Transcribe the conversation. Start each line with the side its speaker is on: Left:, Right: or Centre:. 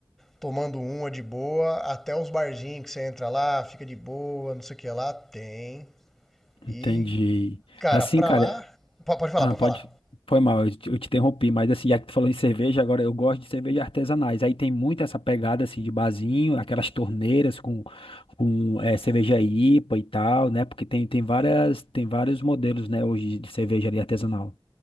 Centre: tomando uma de boa, até os barzinhos que você entra lá, fica de boa, não sei o que lá, tem. E,
Left: Entendi.
Centre: cara,
Left: Assim,
Centre: pra
Left: cara,
Centre: lá... Pode falar,
Left: ah,
Centre: pode
Left: pode.
Centre: falar.
Left: Foi mal, eu te, eu te interrompi, mas assim, já que tu falou em cerveja, agora eu gosto de cerveja artesanais. Aí tem muito essa pegada assim de barzinho, aquelas torneiras com, com eh, cerveja IPA e tal, né? Porque tem, tem várias, tem vários modelos, né, hoje de cerveja ali artesanal.